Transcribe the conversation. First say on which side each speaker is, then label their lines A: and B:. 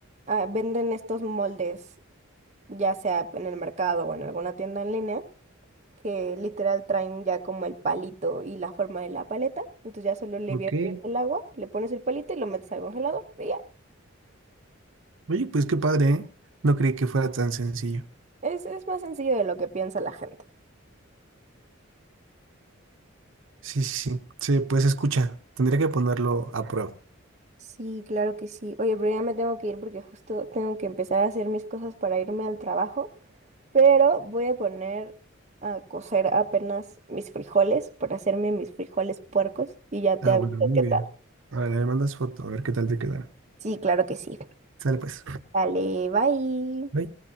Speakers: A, on the right; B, on the right.
A: ah, venden estos moldes, ya sea en el mercado o en alguna tienda en línea. que literal traen ya como el palito y la forma de la paleta. Entonces ya solo le
B: ok.
A: viertes el agua, le pones el palito y lo metes al congelador. Y ya,
B: Oye, pues qué padre, ¿eh? No creí que fuera tan sencillo.
A: es, es más sencillo de lo que piensa la gente.
B: Sí, sí, sí. Sí, pues escucha, tendría que ponerlo a prueba.
A: Sí, claro que sí. Oye, pero ya me tengo que ir porque justo tengo que empezar a hacer mis cosas para irme al trabajo. Pero voy a poner a cocer apenas mis frijoles para hacerme mis frijoles puercos y ya
B: Ah,
A: te aviso
B: bueno, muy
A: qué tal.
B: bien. Ahora le mandas foto, a ver qué tal te quedará.
A: Sí, claro que sí.
B: Sale pues.
A: Vale, bye.
B: Bye.